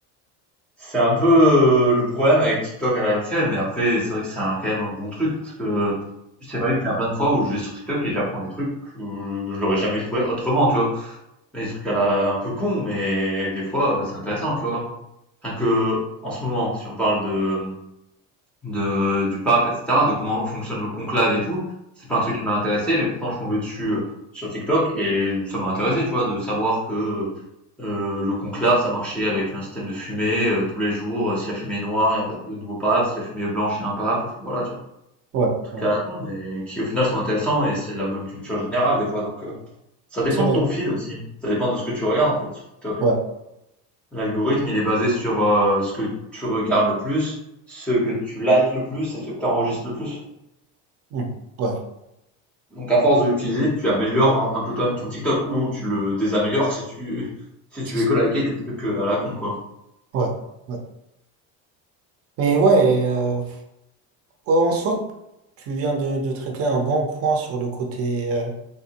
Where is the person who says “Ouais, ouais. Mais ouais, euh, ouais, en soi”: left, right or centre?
Right